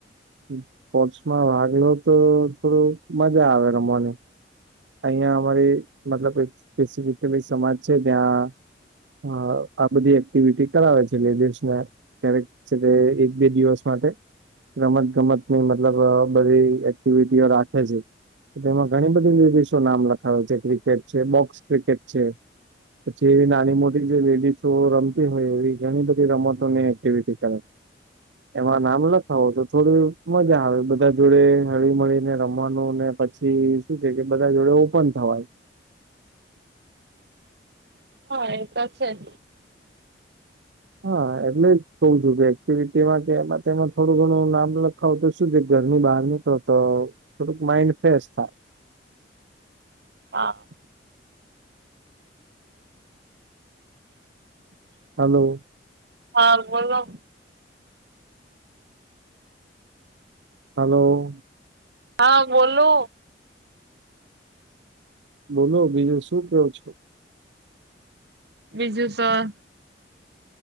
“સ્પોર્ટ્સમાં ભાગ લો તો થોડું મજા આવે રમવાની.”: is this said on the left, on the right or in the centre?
Right